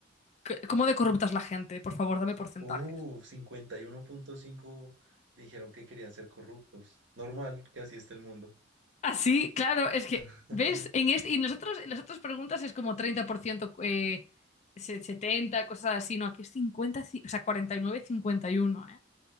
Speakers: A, on the left; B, on the right.
A: c- ¿cómo de corrupta es la gente? Por favor, dame porcentajes.
B: uh, cincuenta y uno punto cinco dijeron que querían ser corruptos. Normal, que así está el mundo.
A: Así, claro, es que,
B: <laughs>
A: ¿ves? En este, y nosotros, en las otras preguntas es como 30%, eh, se- 70 cosas así. No, aquí es 50, ci- o sea, 49, 51, ¿eh?